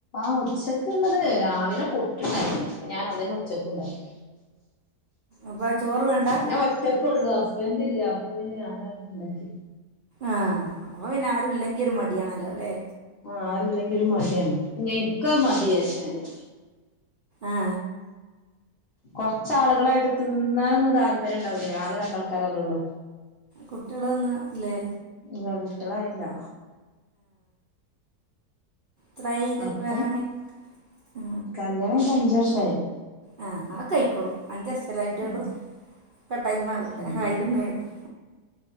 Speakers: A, on the left; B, on the right.
A: ആ ഉച്ചക്ക് ഉള്ളത് രാവിലെ പുട്ട്ടുണ്ടണ്ടായി അപ്പൊ ഞാൻ അതന്നെ ഉച്ചക്ക് ഉണ്ടാക്കി
B: അപ്പൊ ചോറ് വേണ്ട
A: ഞാൻ ഒറ്റക്കെ ഉള്ളൂ എതി <unintelligible> ഇല്ല അപ്പൊ പിന്നെ ഞാനണ്ടാക്കി
B: ആഹ <inaudible> പിന്നെ ആരു ഇല്ലെങ്കി ഒരു മടിയാണല്ലോ അല്ലെ
A: ആ ആരുല്ലെങ്കിലും മടിയാണ് <inaudible> മതിയാച്ചിലാണ്
B: ആ
A: കൊറച്ചാളുകളായിടുത്ത്ന്ന് തിന്നാനൊന്നും താല്പര്യംണ്ടാവില്ലേ ആകെ രണ്ടാൾക്കാരല്ലോ ഉള്ളൂ
B: കുട്ടികള് ഒന്ന് അല്ലേ
A: ഇല്ല കുട്ടികളായില്ല
B: ത്രൈകൾ
A: അപ്പം
B: വേങ്ങി ഉ
A: കല്യാണം <inaudible> <unintelligible>
B: ആ അക്കൊ ആയിക്കോളും അഞ്ച് വർഷല്ലായിട്ടേള്ളു
A: ഉം
B: ഒക്കെ ടൈം ആവും
A: ഉം
B: <inaudible>